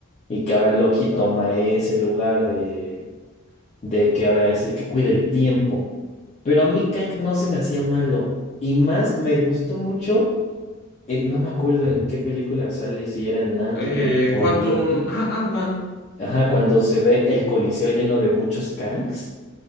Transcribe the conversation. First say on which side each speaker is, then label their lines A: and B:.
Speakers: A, on the left; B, on the left.
A: Y que ahora Loki toma ese lugar de, de que ahora es el que cuida el tiempo. Pero a mí Kang no se me hacía malo. Y más me gustó mucho eh, no me acuerdo en qué película sale, si era en Ant-Man
B: Eh,
A: o
B: Quantum,
A: en Loki.
B: ajá, Ant-Man.
A: Ajá, cuando se ve el Coliseo lleno de muchos Kangs.